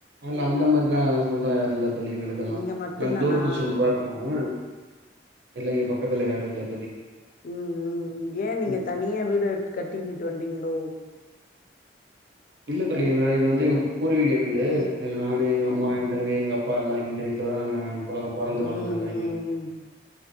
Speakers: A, on the right; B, on the left.
A: இல்ல அந்த மாரிலா சொந்தோ யாரு இல்ல தோழி எங்களுக்கெல்லா
B: நீங்க மட்டுந்தானா
A: <unintelligible> தூரத்து சொந்தோதா இருக்காங்க இல்லைங்கப்பா பக்கத்துல யாரு இல்ல தோழி
B: ம் ம் ஏ நீங்க
A: ம்
B: தனியா வீடு எடுத்து கட்டி இங்குட்டு வந்தீங்களோ
A: இல்ல தோழி இங்க இது வந்து எங்க பூ பூர்வீக வீடு
B: ம்
A: இது நானு எங்க அம்மா என் தங்கை எங்கப்பா எல்லா இந்த வீட்டுலதா நா பொ பொறந்து
B: ம்
A: வளந்தது
B: ம்
A: எல்லா இங்க
B: ம்
A: தா